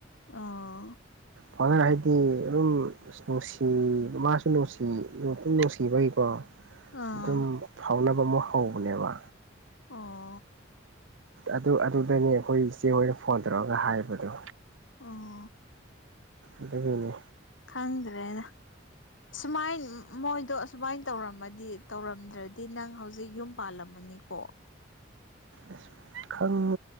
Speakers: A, on the left; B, on the right.
A: ꯑꯥ
B: ꯐꯥꯎꯅ ꯍꯥꯏꯗꯤ ꯑꯗꯨꯝ ꯑꯁ ꯅꯨꯡꯁꯤ ꯃꯥꯁꯨ ꯅꯨꯡꯁꯤ ꯑꯗꯨꯝ ꯅꯨꯡꯁꯤꯕꯒꯤꯀꯣ
A: ꯑꯥ
B: ꯑꯗꯨꯝ ꯐꯥꯎꯅꯕ ꯑꯃꯨꯛ ꯍꯧꯕꯅꯦꯕ
A: ꯑꯣ
B: ꯑꯗꯨ ꯑꯗꯨꯗꯅꯦ ꯑꯩꯈꯣꯏ ꯏꯆꯦ ꯍꯣꯏꯅ ꯐꯣꯟ ꯇꯧꯔꯒ ꯍꯥꯏꯕꯗꯣ
A: ꯎꯝ
B: ꯑꯗꯨꯒꯤꯅꯦ
A: ꯈꯪꯗ꯭ꯔꯦꯗ ꯁꯨꯃꯥꯏ ꯃꯣꯏꯗꯣ ꯑꯁꯨꯃꯥꯏꯅ ꯇꯧꯔꯝꯃꯗꯤ ꯇꯧꯔꯝꯗ꯭ꯔꯗꯤ ꯅꯪ ꯍꯧꯖꯤꯛ ꯌꯨꯝ ꯄꯥꯜꯂꯝꯃꯅꯤꯀꯣ
B: ꯑꯁ ꯈꯪ